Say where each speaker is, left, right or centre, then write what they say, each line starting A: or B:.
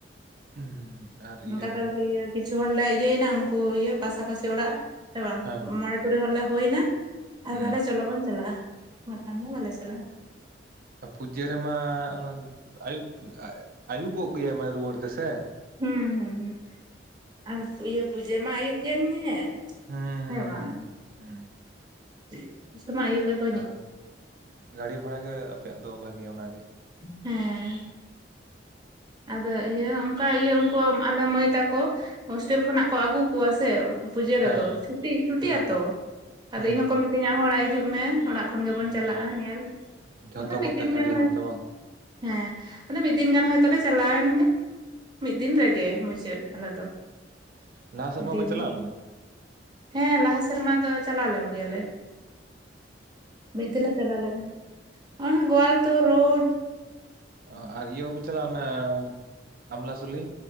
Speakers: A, on the right; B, on the right.
A: ᱦᱩᱸ ᱟᱨ
B: ᱱᱚᱸᱠᱟ
A: ᱤᱭᱟᱹ
B: ᱫᱚ ᱠᱤ ᱤᱭᱟᱹ ᱠᱤᱪᱷᱩ ᱦᱚᱲ ᱞᱮ ᱤᱭᱟᱹᱭᱮᱱᱟ ᱩᱱᱠᱩ ᱤᱭᱟᱹ ᱯᱟᱥᱟᱯᱟᱹᱥᱮ ᱚᱲᱟᱜ ᱥᱮ ᱵᱟᱝ,
A: ᱦᱮᱸ
B: ᱢᱚᱬᱮ ᱛᱩᱨᱩᱭ ᱦᱚᱲ ᱞᱮ ᱦᱩᱭ ᱮᱱᱟ, ᱟᱨ
A: ᱦᱩᱸ
B: ᱛᱟᱦᱮᱞᱮ ᱪᱚᱞᱚ ᱵᱚᱱ ᱪᱟᱞᱟᱜᱼᱟ ᱵᱟᱠᱷᱟᱱ ᱫᱚ ᱵᱟᱞᱮ ᱪᱟᱞᱟᱜᱼᱟ᱾
A: ᱟ ᱯᱩᱡᱟᱹ ᱨᱮᱢᱟ ᱩᱱᱟᱹᱻᱫ ᱟᱹᱭᱩᱜ, ᱟ ᱟᱹᱭᱩᱵᱚᱜ ᱜᱮᱭᱟ ᱢᱟᱱᱮ ᱨᱩᱣᱟᱹᱲ ᱛᱮ ᱥᱮ?
B: ᱦᱩᱸ ᱦᱩᱸ ᱦᱩᱸ, ᱟᱨ ᱯᱩ ᱤᱭᱟᱹ ᱯᱩᱡᱟᱹ ᱢᱟ ᱟᱹᱭᱩᱵ ᱜᱮᱢ ᱧᱮᱞ,
A: ᱦᱩᱸ
B: <unintelligible> ᱦᱮᱸ ᱵᱟᱝ?
A: ᱦᱩᱸ
B: ᱪᱮᱜ, ᱩᱱ ᱥᱚᱢᱚᱭ ᱟᱹᱭᱩᱵ ᱜᱮᱵᱽ
A: ᱛᱟ ᱦᱟᱞ ᱜᱟᱹᱰᱤ ᱵᱷᱟᱲᱟ ᱜᱮ ᱟᱯᱮᱭᱟᱜ ᱫᱚ ᱵᱷᱟᱹᱜᱤᱭᱟ ᱚᱱᱟᱜᱮ᱾
B: ᱦᱮᱸ ᱟᱫᱚ ᱤᱭᱟᱹ ᱚᱸᱠᱟ ᱤᱭᱟᱹ ᱩᱸᱠᱳ ᱟᱞᱮ ᱢᱟᱹᱭ ᱛᱟᱠᱚ ᱦᱳᱥᱴᱮᱞ ᱠᱷᱚᱱᱟᱜ ᱠᱚ ᱟᱜᱩ ᱠᱚᱣᱟ ᱥᱮ ᱯᱩᱡᱟᱹ ᱨᱮᱫᱚ
A: ᱦᱮᱸ
B: ᱪᱷᱩᱴᱤ ᱪᱷᱩᱴᱤᱜ
A: ᱦᱩᱸ
B: ᱟᱛᱚ ᱟᱫᱚ
A: ᱦᱩᱸ
B: ᱤᱧ ᱦᱚᱸᱠᱚ ᱢᱤᱛᱟᱹᱧᱟ ᱟᱢ ᱦᱚᱸ ᱚᱲᱟᱜ ᱦᱤᱡᱩᱜ ᱢᱮ ᱚᱲᱟᱜ ᱠᱷᱚᱱ ᱜᱮᱵᱚᱱ
A: ᱦᱩᱸ
B: ᱪᱟᱞᱟᱜᱼᱟ ᱧᱮᱞ,
A: ᱡᱷᱚᱛᱚ
B: ᱟᱫᱚ ᱢᱤᱫ
A: ᱠᱚᱛᱮ
B: ᱫᱤᱱ ᱜᱟᱱ
A: ᱟᱹᱰᱤ
B: ᱦᱚᱭᱛᱚ
A: ᱦᱚᱲ ᱛᱚ ᱵᱟᱝ
B: ᱦᱮᱸ, ᱟᱫᱚ ᱢᱤᱫ ᱫᱤᱱ ᱜᱟᱱ ᱦᱚᱭ- ᱛᱚᱵᱮ ᱪᱟᱞᱟᱣᱮᱱ ᱜᱮ ᱢᱤᱫ ᱫᱤᱱ ᱨᱮᱜᱮ ᱢᱩᱪᱟᱹᱫ ᱟᱞᱮ ᱫᱚ᱾
A: ᱱᱟᱦᱟ ᱥᱮᱨᱢᱟ
B: ᱫᱤᱱ
A: ᱯᱮ ᱪᱟᱞᱟᱣ
B: ᱫᱚ
A: ᱞᱮᱱᱟ?
B: ᱦᱮᱸ ᱞᱟᱦᱟ ᱥᱮᱨᱢᱟ ᱫᱚ ᱪᱟᱞᱟᱣ ᱞᱮᱱ ᱜᱮᱭᱟᱞᱮ, ᱢᱤᱫ ᱫᱤᱱ ᱞᱮ ᱪᱟᱞᱟᱣ ᱞᱮᱱᱟ᱾ ᱮᱱᱟ ᱜᱳᱣᱟᱞ ᱛᱳ ᱨᱳᱰ
A: ᱚ ᱟᱨ ᱤᱭᱟᱹ ᱵᱟᱯᱮ ᱪᱟᱞᱟᱣ ᱞᱮᱱᱟ, ᱟᱢᱞᱟᱥᱩᱞᱤ?